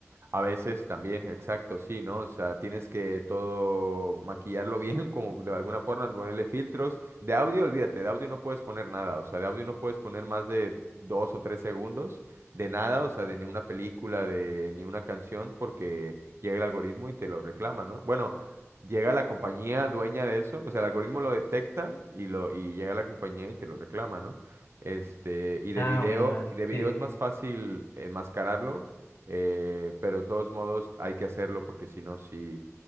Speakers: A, on the right (about 55°); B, on the left (about 65°).
A: A veces también, exacto, sí, ¿no? O sea, tienes que todo maquillarlo <laughs> bien, como de alguna forma, ponerle filtros. De audio, olvídate, de audio no puedes poner nada, o sea, de audio no puedes poner más de dos o tres segundos de nada, o sea, de ni una película, de ni una canción, porque llega el algoritmo y te lo reclama, ¿no? Bueno, llega la compañía dueña de eso, o sea, el algoritmo lo detecta y lo, y llega la compañía y te lo reclama, ¿no? Este, y
B: Ah,
A: de video,
B: bueno, dale.
A: y de video
B: Sí, sí,
A: es
B: sí.
A: más fácil enmascararlo eh, pero de todos modos hay que hacerlo porque si no, sí,